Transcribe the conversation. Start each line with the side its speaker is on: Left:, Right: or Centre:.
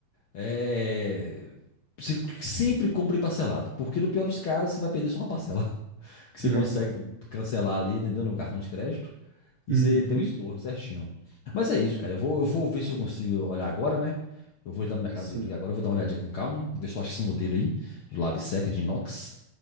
Left: É. se- Sempre compre parcelado, porque no pior dos casos você vai perder só uma parcela. que você
Right: É.
Left: consegue cancelar ali, entendeu? No cartão de crédito. E
Right: Uhum.
Left: você tem o estorno certinho. Mas é isso, cara. Eu vou, eu vou ver se eu consigo olhar agora, né? Eu vou entrar no Mercado
Right: Sim,
Left: Livre aqui agora, eu vou dar uma olhadinha com calma, ver se eu acho esse modelo aí, do Lab Seca de inox,